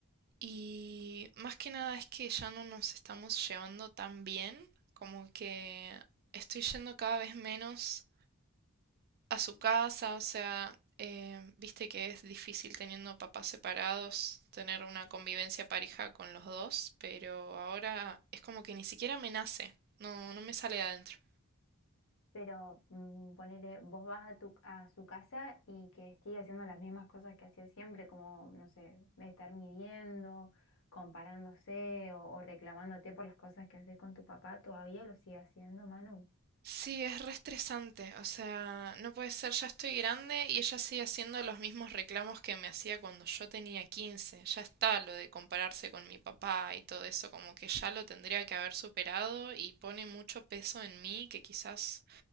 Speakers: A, on the right (about 45°); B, on the left (about 60°).
A: Y más que nada es que ya no nos estamos llevando tan bien, como que estoy yendo cada vez menos a su casa, o sea, eh, viste que es difícil teniendo papás separados tener una convivencia pareja con los dos, pero ahora es como que ni siquiera me nace, no, no me sale de adentro.
B: Pero mm, ponele, vos vas a tu a su casa y que sigue haciendo las mismas cosas que hacía siempre, como, no sé, estar midiendo, comparándose o, o reclamándote por las cosas que haces con tu papá, ¿todavía lo sigue haciendo, Manu?
A: Sí, es re estresante, o sea, no puede ser, ya estoy grande y ella sigue haciendo los mismos reclamos que me hacía cuando yo tenía 15. ya está lo de compararse con mi papá y todo eso, como que ya lo tendría que haber superado y pone mucho peso en mí que quizás